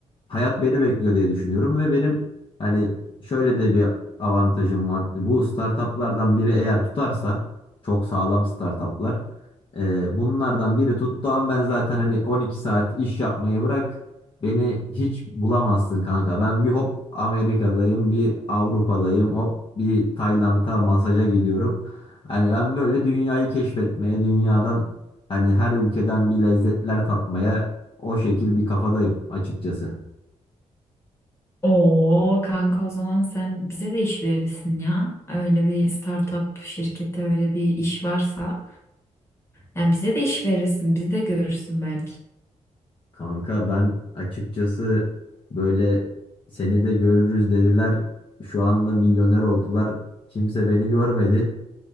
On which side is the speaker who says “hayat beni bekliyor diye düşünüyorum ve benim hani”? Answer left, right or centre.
Left